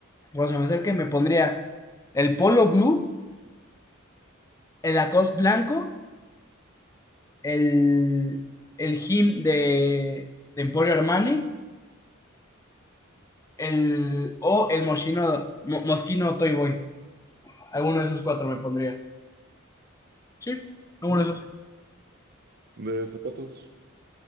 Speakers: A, on the left; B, on the right.
A: o sea me acerca y me pondría el polo blue, el Lacoste blanco, el, el Him de, de Emporio Armani, el, o el Moschino, Mo- Moschino Toy Boy. Alguno de esos cuatro me pondría. Sí, alguno
B: Mm,
A: de esos.
B: De zapatos,